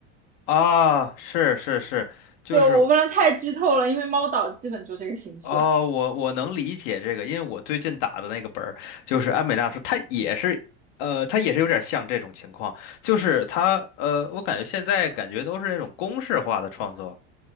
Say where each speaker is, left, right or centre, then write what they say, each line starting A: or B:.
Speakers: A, on the left (about 60°); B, on the right (about 20°).
A: 啊，是是是，就是。
B: 就我不能太剧透了，因为猫岛基本就这个形式。
A: 哦，我我能理解这个，因为我最近打的那个本儿就是安美纳斯，它也是，呃，它也是有点像这种情况，就是它，呃，我感觉现在感觉都是那种公式化的创作。